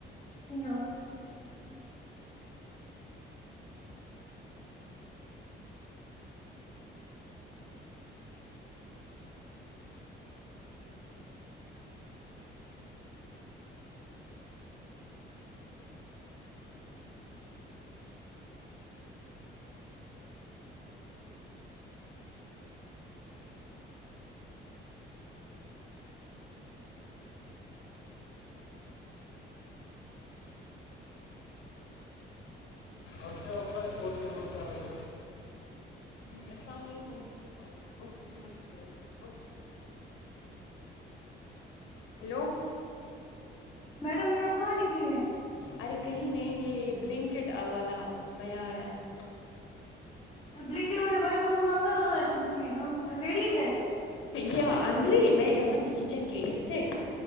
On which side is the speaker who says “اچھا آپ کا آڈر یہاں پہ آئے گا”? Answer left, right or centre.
Left